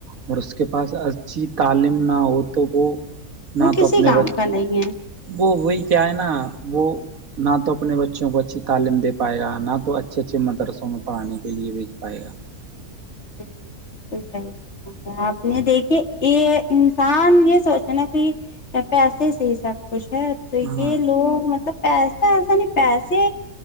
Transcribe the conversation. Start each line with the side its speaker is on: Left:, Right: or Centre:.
Right: اور اس کے پاس اچھی تعلیم نہ ہو تو وہ نہ
Left: وہ کسی
Right: تو اپنے
Left: کام
Right: ب
Left: کا نہیں ہے
Right: وہ وہی کیا ہے نا وہ نہ تو اپنے بچوں کو اچھی تعلیم دے پائے گا نہ تو اچھے اچھے مدرسوں میں پڑھانے کے لیے بھیج پائے گا
Left: جی بالکل صحیح آپ نے دیکھی یہ انسان یہ سوچنا کی پیسے سے ہی سب کچھ ہے تو
Right: ہاں
Left: یہ لوگ مط لب پیسہ ایسا نہیں پیسے